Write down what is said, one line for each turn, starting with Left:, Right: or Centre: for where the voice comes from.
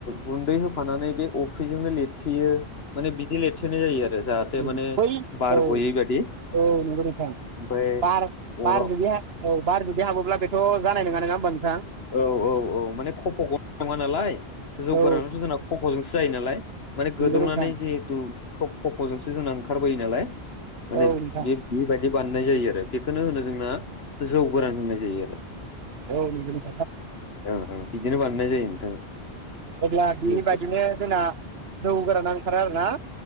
Left: गुन्दै होफानानै बे अफ्रिजोंनो लिरथेयो माने बिदि लिरथेनाय जायो आरो जाहाथे
Right: औ
Left: माने
Right: बै
Left: बार
Right: औ
Left: गयै बादि
Right: औ नोंगौ नोंथां।
Left: ओमफ्राय
Right: बार
Left: अराव
Right: बार जुदि औ बार जुदि हाबोब्ला बेथ' जानाय नङा नङा होमबानों
Left: औ औ औ माने खफ' ग नङा नालाय। जौगोरानाथ'
Right: औ
Left: जोंना खफ जोंसो जायो नालाय माने गोदौनानै
Right: नंगौ नोंथां
Left: जिहेथु खफ खफ' जोंसो जोंना ओंखारबोयो नालाय माने
Right: औ नोंथां
Left: बे बेबायदि बानाय नाय जायो आरो बेखौनो होनो जोंना जौ गोरान होननाय जायो आरो
Right: औ नोंगौ नोंगौ।
Left: औ औ बिदिनो बानायनाय जायो नोंथां।
Right: अब्ला बेबायदिनो
Left: जौखौ
Right: जोंना जौ गोराना ओंखारा आरो ना।